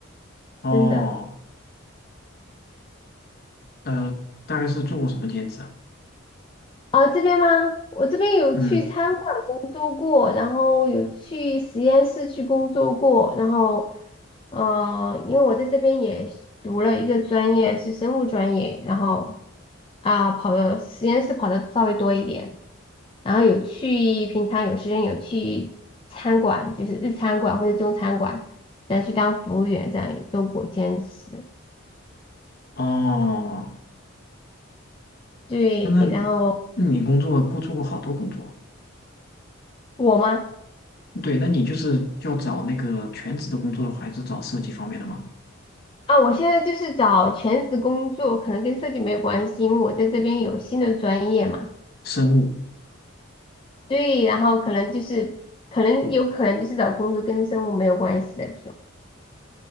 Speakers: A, on the left; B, on the left.
A: 哦。
B: 真的。
A: 呃，大概是做过什么兼职啊？
B: 啊，这边吗？我这边有去餐馆工作过，
A: 嗯，
B: 然后有去实验室去工作过，然后，呃，因为我在这边也读了一个专业是生物专业，然后啊，跑的实验室跑的稍微多一点，然后有去平常有时间有去餐馆，就是日餐馆或者中餐馆，然后去当服务员，这样也做过兼职。
A: 哦，
B: 对，
A: 那那
B: 然后
A: 那你工作过做过好多工作，
B: 我吗？
A: 对，那你就是要找那个全职的工作的话，还是找设计方面的吗？
B: 啊，我现在就是找全职工作，可能跟设计没有关系，因为我在这边有新的专业嘛。
A: 生物，
B: 对，然后可能就是可能有可能就是找工作跟生物没有关系的这种。